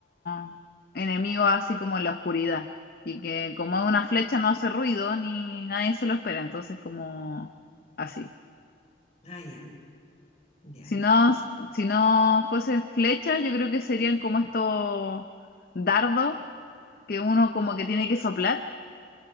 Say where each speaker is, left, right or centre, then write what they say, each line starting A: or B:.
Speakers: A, on the left; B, on the left.
A: los enemigos así como en la oscuridad. Y que como es una flecha no hace ruido ni nadie se lo espera, entonces como así.
B: ah, ya, ya,
A: Si no, si no fuesen flechas, yo creo que serían como estos dardos que uno como que tiene que soplar